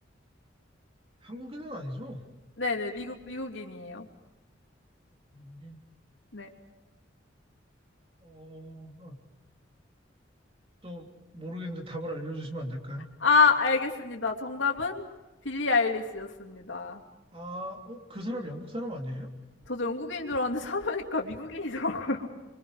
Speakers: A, on the right; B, on the left.
A: 한국인은 아니죠?
B: 네네, 미국, 미국인이에요.
A: 미국인?
B: 네.
A: 어, 아, 또 모르겠는데 답을 알려주시면 안 될까요?
B: 아, 알겠습니다. 정답은 빌리 아일리시였습니다.
A: 아, 어, 그 사람 영국 사람 아니에요?
B: 저도 영국인인 줄 알았는데 사보니까 미국인이더라고요.